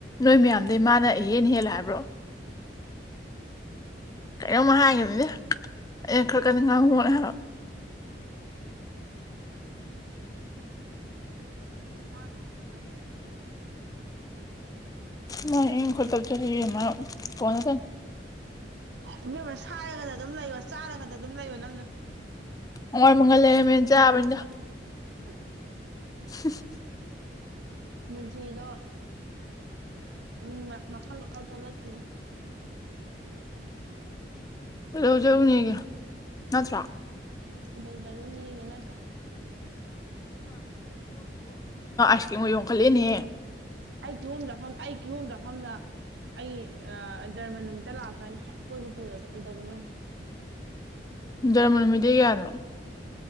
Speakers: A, on the left; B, on the right.
A: ꯅꯣꯏ ꯃꯌꯥꯝꯗꯒꯤꯩ ꯃꯥꯅꯍꯦꯟ ꯍꯦꯜꯂ ꯍꯥꯏꯕ꯭ꯔꯣ ꯀꯩꯅꯣꯝ ꯍꯥꯏꯒꯅꯤꯅꯦ ꯑꯩꯅ ꯈꯔ ꯈꯗꯤ ꯉꯥꯡꯉꯨꯅꯦ ꯍꯥꯏꯕ
B: ꯃꯥꯅ ꯍꯅ ꯆ
A: ꯅ ꯈꯇꯔ ꯆ ꯀꯣꯅ
B: ꯏꯦꯝ ꯑꯃ ꯁꯥꯔꯒꯗ ꯑꯗꯨꯝ ꯂꯩꯌꯣ ꯆꯥꯔꯒꯗ ꯑꯗꯨꯝ ꯂꯩꯌꯣ ꯅꯪꯅ
A: ꯍ ꯃꯒꯜ ꯂꯩꯔ ꯃꯦꯟ ꯆꯕꯅꯤꯗ
B: ꯑ
A: <inaudible>
B: ꯃꯆꯗꯣ ꯎꯝ ꯃꯈꯥ ꯂ ꯀꯥꯎ ꯇꯧꯂ ꯈꯈꯤ
A: ꯂꯧꯖꯔꯨꯅꯦꯒ ꯅꯠꯇ꯭ꯔꯥ
B: ꯏꯣꯖꯔꯅꯤ ꯌꯦꯒꯦ ꯅꯠꯇ꯭ꯔ
A: ꯉ ꯌꯡꯈꯠꯂꯦꯅꯦ
B: ꯑꯩ ꯀꯤꯍꯣꯝ ꯆꯥꯛꯐꯝ ꯑꯩ ꯀꯤꯍꯣꯝ ꯆꯥꯐꯝꯅ ꯑꯩ ꯗꯙꯔꯃ ꯅꯨꯃꯤꯠꯇ ꯂꯥꯛꯈ꯭ꯔꯅꯤ ꯍꯦꯛ ꯀꯣꯏꯕ ꯄꯨꯗꯕꯗ ꯀꯩꯗꯧꯕꯅꯦꯣ
A: ꯖꯔꯃꯟ ꯅꯨꯃꯤꯠꯇꯩ ꯀꯌꯥꯗꯅꯣ